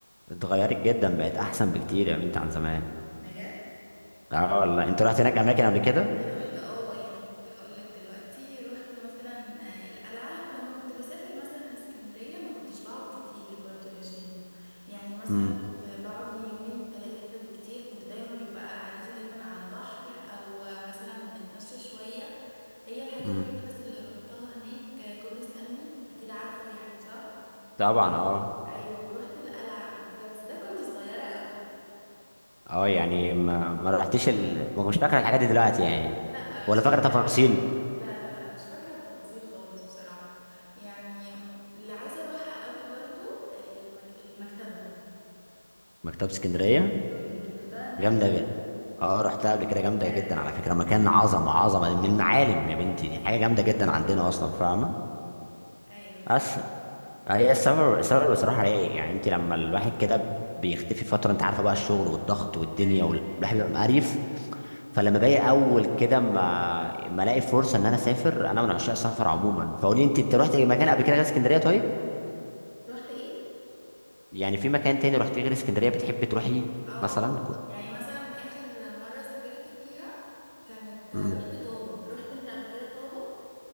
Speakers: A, on the left; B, on the right.
A: اتغيرت جدا بقت احسن بكتير يا بنت عن زمان
B: بجد
A: اه والله انت رحت هناك اماكن قبل كده
B: يعني رحت اه يعني كنت هقول لك دلوقتي رحت مثلا آه، القلعة لما كنت بسافر مثلا اسكندرية ما كنتش بقعد كتير برضو يا هشام يعني مثلا
A: امم
B: كنت بقعد لي يومين ثلاثة كده بالكتير كنت دايما بيبقى قعدتي دايما على البحر او آه، مثلا بنتمشى شوية هي الحاجة
A: امم
B: الوحيدة بس اللي روحتها هناك آه، كوبري ستانلي اكيد عارفه يعني صح
A: طبعا اه
B: ايوه ورحت القلعة قبل كده بس ده كنت صغيرة قوي
A: اه يعني ما
B: اه
A: ما رحتش ال... ما كنتش فاكر الحاجات دي دلوقتي يعني
B: لا
A: ولا
B: مش
A: فاكر
B: فاكرة
A: تفاصيل
B: قوي لا لا لا مش فاكرة التفاصيل خالص بصراحة يعني اللي عايزة اروحها قوي برضو آه، مك- المكتبة
A: مكتبة اسكندرية
B: امم رحتها انت
A: جامدة
B: قبل كده
A: جدا اه رحتها قبل كده جامدة
B: بجد
A: جدا على فكرة مكان عظمة عظمة من المعالم يا بنتي دي حاجة
B: ايوه
A: جامدة جدا عندنا اصلا فاهمة
B: ايوه فاهم
A: بس هي السبب السبب بصراحة رايق يعني انت لما الواحد كده بيختفي فترة انت عارفة بقى الشغل والضغط والدنيا
B: ايوه
A: والواحد بيبقى مقريف فلما باجي اول كده ما ما الاقي فرصة ان انا اسافر انا من عشاق السفر عموما فقولي انت انت رحت مكان قبل كده غير اسكندرية طيب
B: رحت ايه
A: يعني في مكان تاني رحتيه غير اسكندريه بتحبي تروحي
B: اه
A: مثلا كو-
B: يعني مثلا اخر مرة سافرت فيها كانت
A: مم.
B: رحت طابة رحت انت قبل كده طابة